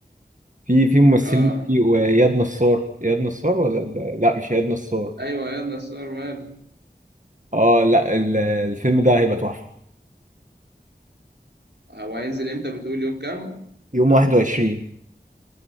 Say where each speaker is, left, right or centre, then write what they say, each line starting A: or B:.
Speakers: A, on the right; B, on the right.
A: في في ممثلين
B: آه
A: كتير وإياد نصار إياد نصار ولا لا لا، مش إياد نصار
B: أيوة يا نصار ماله
A: اه لا ال- الفيلم ده هيبقى تحفة
B: هو هينزل إمتى بتقول يوم كام؟
A: يوم 21